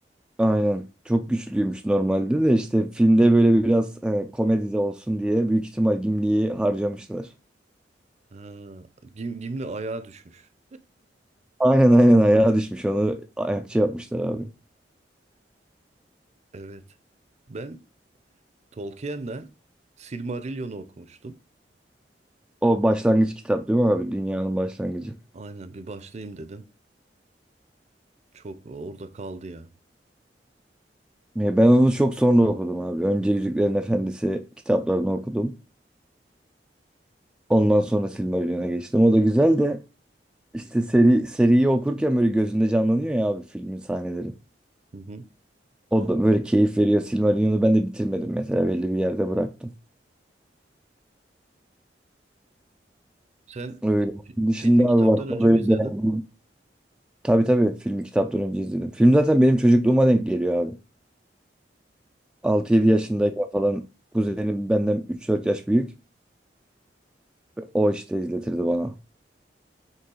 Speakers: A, in the centre; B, on the right.
A: Aynen. Çok güçlüymüş normalde de işte filmde böyle biraz e, komedi de olsun diye büyük ihtimal Gimli'yi harcamışlar.
B: Ha, Gim- Gimli ayağa düşmüş.
A: Aynen aynen ayağa düşmüş onu ayakçı yapmışlar abi.
B: Evet. Ben Tolkien'den Silmarillion'u okumuştum.
A: O başlangıç kitap değil mi abi? Dünyanın başlangıcı.
B: Aynen bir başlayayım dedim. Çok orada kaldı ya.
A: Ya Ben onu çok sonra okudum abi. Önce Yüzüklerin Efendisi kitaplarını okudum. Ondan sonra Silmarillion'a geçtim. O da güzel de işte seri seriyi okurken böyle gözünde canlanıyor ya abi filmin sahneleri.
B: Hı hı.
A: O da böyle keyif veriyor. Silmarillion'u ben de bitirmedim mesela belli bir yerde bıraktım.
B: Sen
A: Öyle.
B: fi-
A: Onun Dışında
B: filmi kitaptan
A: abi bak
B: önce
A: böyle
B: mi izledin?
A: beğendim. Tabii tabii filmi kitaptan önce izledim. Film zaten benim çocukluğuma denk geliyor abi. Altı yedi
B: Hı,
A: yaşındayken falan kuzenim benden üç dört yaş büyük. O işte izletirdi bana.